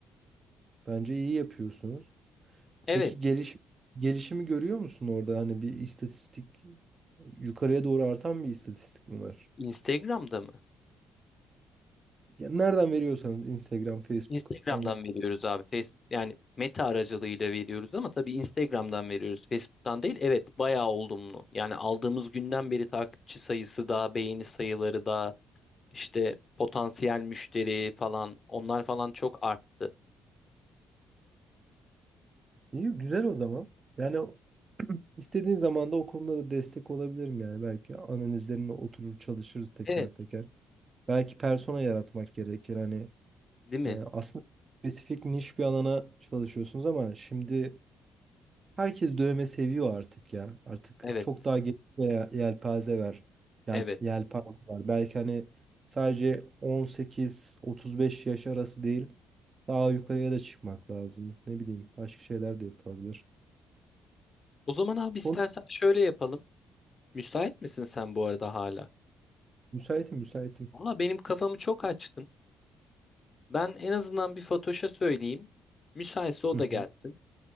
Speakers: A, on the right; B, on the left.
A: Bence iyi yapıyorsunuz.
B: Evet.
A: Peki geliş gelişimi görüyor musun orada? Hani bir istatistik yukarıya doğru artan bir istatistik mi var?
B: Instagram'da mı?
A: Ya nereden veriyorsanız Instagram, Facebook
B: Instagram'dan
A: hangisi?
B: veriyoruz abi. Facebook yani Meta aracılığıyla veriyoruz ama tabii Instagram'dan veriyoruz. Facebook'tan değil. Evet, bayağı olumlu. Yani aldığımız günden beri takipçi sayısı da, beğeni sayıları da, işte potansiyel müşteri falan onlar falan çok arttı.
A: İyi güzel o zaman. Yani İstediğin zaman da o konuda da destek olabilirim yani. Belki analizlerine oturur çalışırız teker
B: Evet,
A: teker. Belki persona yaratmak gerekir. Hani
B: değil mi?
A: e, aslında spesifik niş bir alana çalışıyorsunuz ama şimdi herkes dövme seviyor artık ya. Artık
B: Evet,
A: çok daha geniş bir ye- yelpaze var. Yel,
B: evet.
A: yelpaze var. Belki hani sadece 18-35 yaş arası değil. Daha yukarıya da çıkmak lazım. Ne bileyim başka şeyler de yapılabilir.
B: O zaman abi istersen
A: Konu
B: şöyle yapalım. Müsait misin sen bu arada hala?
A: müsaitim müsaitim.
B: Valla benim kafamı çok açtın. Ben en azından bir Fatoş'a söyleyeyim. Müsaitse o
A: Hı
B: da
A: hı.
B: gelsin.